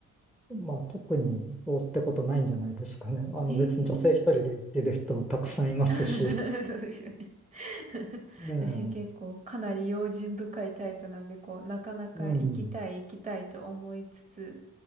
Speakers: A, in the centre; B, on the right.
A: まあ特にどうってことないんじゃないですかね。あの別に女性一人で行ってる人たくさんいますし。
B: へえ <laughs> そうですよね。<laughs>
A: ええ、
B: 私結構かなり用心深いタイプなんで、こう、なかなか行きたい行きたいと思いつつ、
A: うん。